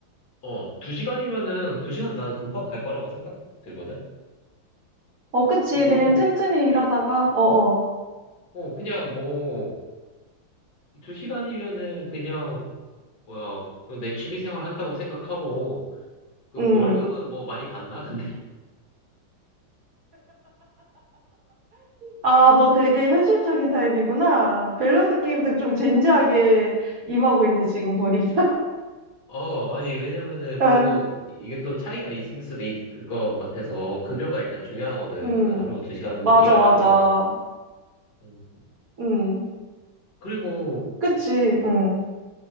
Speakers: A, on the left; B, on the right.
A: 어, 두 시간이면은 두 시간 난 금방 갈 거라고 생각 들거든?
B: 어, 그치.
A: 이거
B: 그냥 틈틈이 일하다가, 어어.
A: 어, 그냥 뭐, 두 시간이면은 그냥, 뭐야, 내 취미 생활 한다고 생각하고, 그
B: 음.
A: 월급은 뭐 많이 받나? 근데,
B: 아, 너 되게 현실적인 타입이구나. 밸런스 게임도 좀 진지하게 임하고 있네, 지금 보니까.
A: <laughs> 어, 아니, 왜냐면은 그래도
B: <laughs> 아,
A: 이게 또 차이가 있을 수도 있을 것 같아서, 급여가 일단 중요하거든.
B: 음.
A: 하루 두 시간
B: 맞아,
A: 일하면
B: 맞아.
A: 또. 음.
B: 음.
A: 그리고
B: 그치. 음.